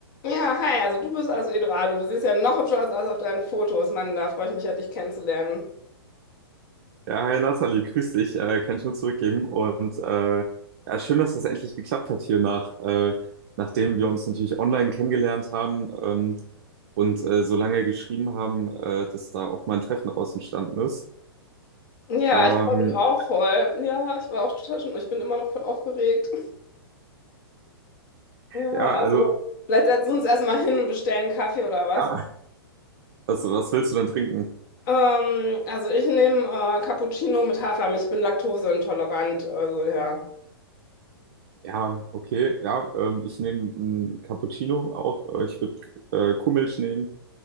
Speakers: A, on the left; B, on the right.
A: Ja, hi, also du bist also Eduardo. Du siehst ja noch hübscher aus als auf deinen Fotos. Mann, da freue ich mich ja, dich kennenzulernen.
B: Ja, hi Nathalie, grüß dich. Äh, kann ich nur zurückgeben. Und äh, ja, schön, dass das endlich geklappt hat hier nach, äh, nachdem wir uns natürlich online kennengelernt haben ähm, und äh, so lange geschrieben haben, äh, dass da auch mal ein Treffen daraus entstanden ist.
A: Ja,
B: Ähm,
A: ich freue mich auch voll. Ja, ich war auch total schon, ich bin immer noch voll aufgeregt. Ja,
B: ja,
A: also
B: also,
A: vielleicht setzen wir uns erstmal hin und bestellen Kaffee oder was.
B: ja, also, was willst du denn trinken?
A: Ähm, also ich nehme äh, Cappuccino mit Hafermilch. Ich bin laktoseintolerant, also ja.
B: Ja, okay, ja, ähm, ich nehme einen Cappuccino auch. Äh, ich würde äh, Kuhmilch nehmen.